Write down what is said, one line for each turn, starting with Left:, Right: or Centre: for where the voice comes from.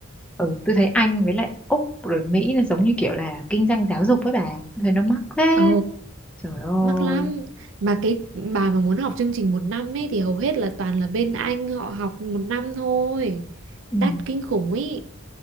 Centre: ừ, tôi thấy Anh với lại Úc rồi Mỹ là giống như kiểu là kinh doanh giáo dục với bà. Tôi thấy nó mắc thế.
Right: ồ
Centre: Trời ơi.
Right: mắc lắm mà cái bà mà muốn học chương trình một năm ấy thì hầu hết là toàn là bên Anh họ học một năm thôi
Centre: Ừ.
Right: đắt kinh khủng ấy